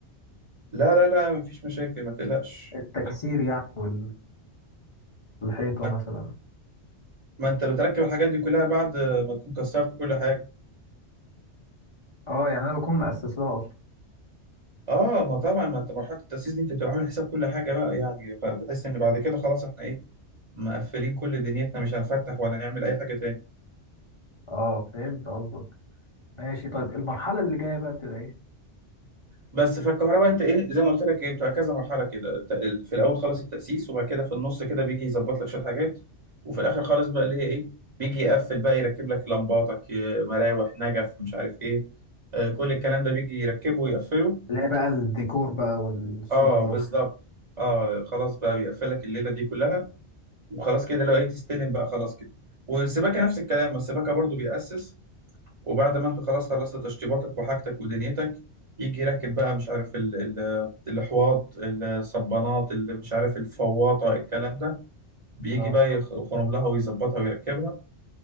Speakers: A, on the right (about 40°); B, on the left (about 30°).
A: لا لا لا مفيش مشاكل ما تقلقش
B: التكسير
A: انت-
B: يعني والحيطة
A: ما
B: مثلا
A: ما انت بتركب الحاجات دي كلها بعد ما تكون كسرت كل حاجة
B: اه يعني انا بكون مؤسس لها اصلا
A: اه ما طبعا ما انت مرحله التاسيس دي انت بتبقى عامل حساب كل حاجه بقى يعني ف- بحس ان بعد كده خلاص احنا ايه مقفلين كل دنيتنا مش هنفتح ولا نعمل اي حاجه تاني
B: اه فهمت قصدك ماشي طيب المرحله اللي جايه بقى بتبقى ايه
A: بس فالكهرباء انت ايه زي ما قلت لك ايه بتبقى كذا مرحله كده ت- في الاول خالص التاسيس وبعد كده في النص كده بيجي يظبط لك شويه حاجات وفي الاخر خالص بقى اللي هي ايه بيجي يقفل بقى يركب لك لمباتك ي- مراوح نجف مش عارف ايه آه، كل الكلام ده بيجي يركبه ويقفله
B: اللي هي بقى الديكور بقى والسوبر
A: اه
B: لوكس
A: بالظبط
B: بقى
A: اه خلاص بقى بيقفل لك الليله دي كلها وخلاص كده لو ايه تستلم بقى خلاص كده والسباكة نفس الكلام السباكة برضو بيأسس وبعد ما انت خلاص خلصت تشطيباتك وحاجتك ودنيتك يجي يركب بقى مش عارف ال ال الحواض الصبانات اللي مش عارف الفواطة الكلام ده بيجي
B: اه
A: بقى يخ- يخرم لها ويظبطها ويركبها